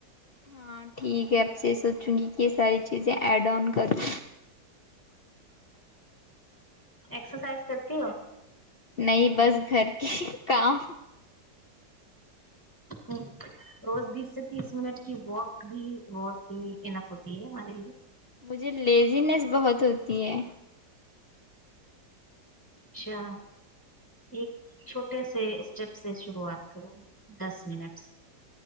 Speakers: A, on the left; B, in the centre.
A: ہاں ٹھیک ہے آپ سے یہ سوچوں گی کہ یہ ساری چیزیں ایڈ آن کر لیں
B: ایکس سائز کرتی ہو
A: نہیں بس گھر کی کام
B: ہ روز بیس سے تیس منٹ کی واک بھی بہت ہی انف ہوتی ہے ہمارے لیے
A: مجھے لیزینس بہت ہوتی ہے
B: اچھا ایک چھوٹے سے اسٹیپ سے شروعات کروں دس منٹ